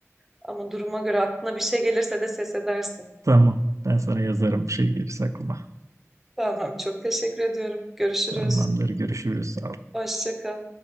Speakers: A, in the centre; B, on the right (about 70°).
A: ama duruma göre aklına bir şey gelirse de ses edersin.
B: Tamam. Ben sana yazarım bir şey gelirse aklıma.
A: Tamam, çok teşekkür ediyorum. Görüşürüz.
B: Tamamdır. Görüşürüz.
A: Hoşça kal.